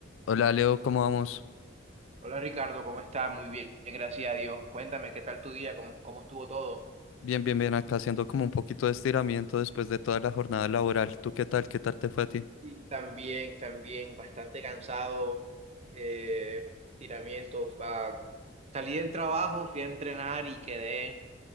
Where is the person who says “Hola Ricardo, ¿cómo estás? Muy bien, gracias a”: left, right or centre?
Right